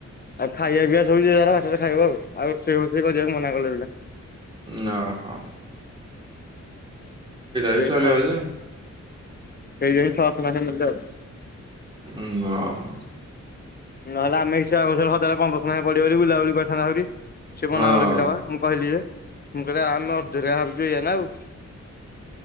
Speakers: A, on the left; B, on the right.
A: ଆଉ ଖାଇବା ପିଇବା ଶୋଇଚି ତାର ବାଟରେ ଖାଇବ ଆଉ ଆଉ ସେ କରିବାକୁ ମନା କଲେ ପିଲା।
B: ନହୋ।
A: ସେଇ
B: ବି
A: ଜାଇ
B: ଚଳିବ
A: ଶସ
B: ଯେ
A: ସେଇ ଜାଇ ଶହସନା ହେ ନଲେ ଆଉ।
B: ଉଁ ଓ ହୋ।
A: ନହେଲେ ଆମେ ଇଚ୍ଛା ଆଗ ହଜାରେ ପନ୍ଦରଶ ଟେ ପଡିବ ବୋଲି ବୁଲା ବୁଲି କରିଥାନ୍ତୁ ଆହୁରି। ସେ ମନା
B: ହଁ
A: କଲେ ପିଲା ବା ମୁଁ କହିଲି ଯେ। ମୁଁ କହିଲ ଆମେ ଅଧୁର ଭାବିକିଇଆ ନା ଆଉ।